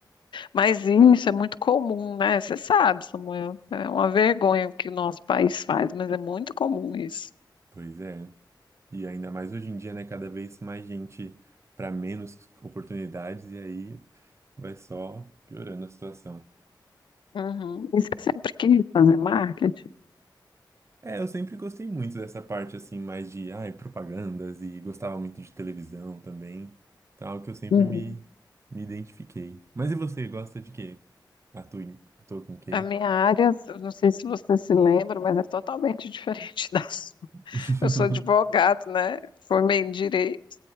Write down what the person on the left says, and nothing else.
Mas isso é muito comum, né? Você sabe, Samuel, é uma vergonha o que o nosso país faz, mas é muito comum isso.
Uhum. E você sempre quis fazer marketing?
Uhum.
A minha área, eu não sei se você se lembra, mas é totalmente diferente <laughs> da sua.
Eu sou advogado, né? Formei em direito